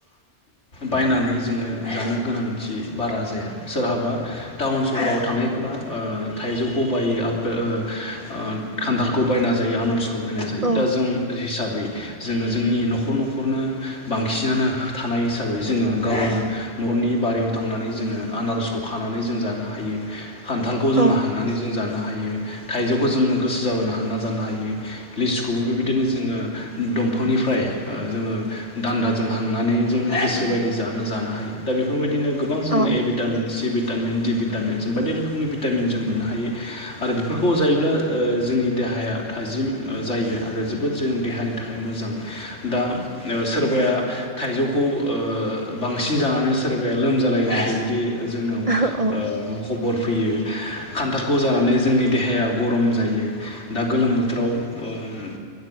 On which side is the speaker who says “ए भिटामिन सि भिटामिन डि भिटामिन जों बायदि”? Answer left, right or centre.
Left